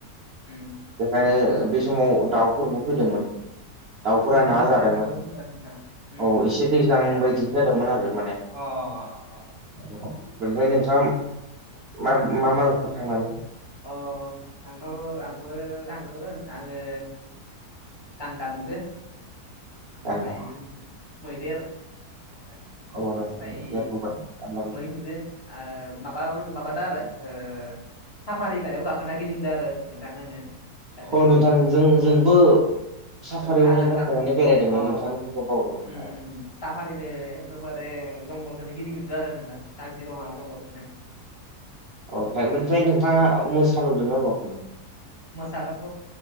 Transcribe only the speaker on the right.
बेखायनो बे समाव दाउफोरबो फैदोंमोन। दाउफोरा
ना
जादोंमोन
औ एसे
दैज्लां
बायदि दोनदोंमोन आरो माने
ओनिफ्राय नोंथाङा मा मा
नुखो थांनानै?
गान्दा
औ नोंथां दे बुंबाय गान्दा नुबाय
औ नोंथां जों जोंबो साफारियावनो
गाखोनानै
बेरायदोंमोन
नोंथांनो बुंनो बावदोंमोन
औ
औ नोंथां बिनिफ्राय नोंथाङा मोस नुदोंना नुवाखैमोन?